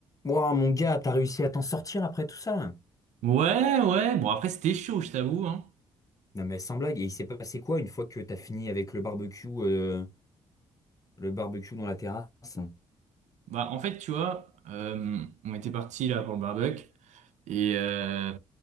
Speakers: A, on the left; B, on the right.
A: Wow, mon gars, t'as réussi à t'en sortir après tout ça?
B: Ouais, ouais. Bon, après, c'était chaud, je t'avoue, hein.
A: Non mais sans blague, et il s'est passé quoi une fois que t'as fini avec le barbecue, euh, le barbecue dans la terrasse?
B: Bah, en fait, tu vois, euh, on était parti là pour le barbecue. Et, euh,